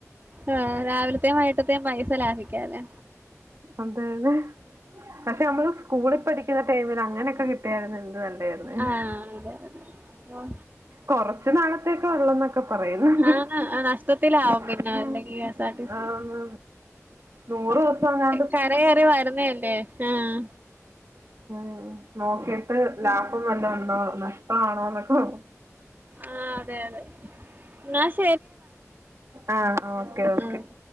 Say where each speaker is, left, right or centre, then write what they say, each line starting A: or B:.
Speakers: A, on the right (about 35°); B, on the right (about 60°).
A: ആ രാവിലത്തെയും വൈകിട്ടത്തേയും പൈസ ലാഭിക്കാലൊ
B: അതായത് പക്ഷെ നമ്മള് സ്കൂളിൽ പഠി ക്ക്ന്ന ടൈമിൽ അങ്ങനെയൊക്കെ കി ട്ടായായിരുന്നേൽ എന്ത് നല്ലേര്ന്നേ
A: ആ അതെ അതെ ഓ
B: കൊറച്ച് നാളത്തേക്ക ഉള്ളന്നൊക്കെ പറയുന്ന്ണ്ട്
A: ആന്ന് നഷ്ടത്തിലാവും
B: ആ
A: പിന്നെ അല്ലെങ്കിൽ കെ എസ് ആർ ടി സി
B: ആന്ന് നൂറ് ദിവസെങ്ങാ
A: കര കേറി വരുന്നേല്ലേ- ആഹ്
B: ഉം നോക്കിട്ട്- ലാഭം വല്ല ഒണ്ടോ നഷ്ടമാണോ എന്നൊക്കെ നോ
A: ആ അതെ അതെ ന്നാ
B: ആ അ ഓക്കെ ഓക്കെ
A: ഉം